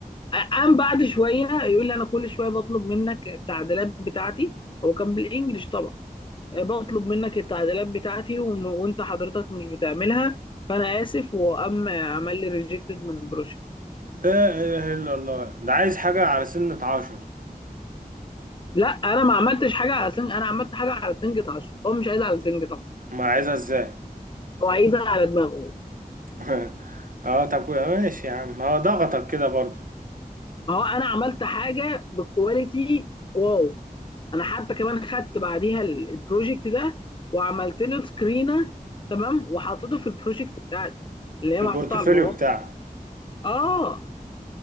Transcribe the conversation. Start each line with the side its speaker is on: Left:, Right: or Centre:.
Left: قام بعد شويه يقول لي انا كل شويه بطلب منك التعديلات بتاعتي هو كان بالانجلش طبعا بطلب منك التعديلات بتاعتي وم- وانت حضرتك مش بتعملها فانا اسف وقام عمل لي ريجكتد من البروجكت
Right: لا اله الا الله ده عايز حاجة على سنة عشر
Left: لا انا ما عملتش حاجه على سنج انا عملت حاجه على سنجة عشرة هو مش عايزها على سنجة عشرة
Right: ما عايزها ازاي
Left: هو عايزها على دماغه
Right: <laughs> اه طب كوي- ماشي يا عم هو ضغطك كده برضو
Left: ما هو انا عملت حاجه بكواليتي واو انا حتى كمان خدت بعديها ال- البروجكت ده وعملت له سكرينه تمام وحطيته في البروجكت بتاعتي اللي
Right: في
Left: هي محطوطه
Right: البورتفوليو
Left: على المواقع
Right: بتاعك
Left: اه